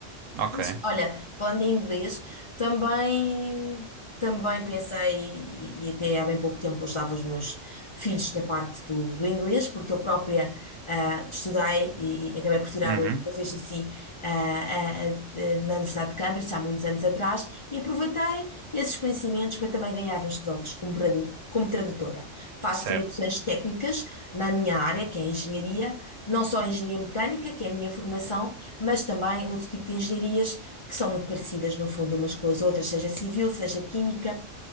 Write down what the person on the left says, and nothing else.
Mas, Olha, falando em inglês, também, também pensei, e e até há bem pouco tempo ajudava os meus filhos na parte do, do inglês, porque eu própria ah, estudei e acabei por tirar
o proficiency ah, ah, ah, na Universidade de Cambridge há muitos anos atrás e aproveitei esses conhecimentos para também ganhar uns trocos como, tradu- como tradutora. Faço
traduções técnicas na minha área, que é a engenharia, não só a engenharia mecânica, que é a minha formação, mas também outro tipo de engenharias que são muito parecidas, no fundo, umas com as outras, seja civil, seja química.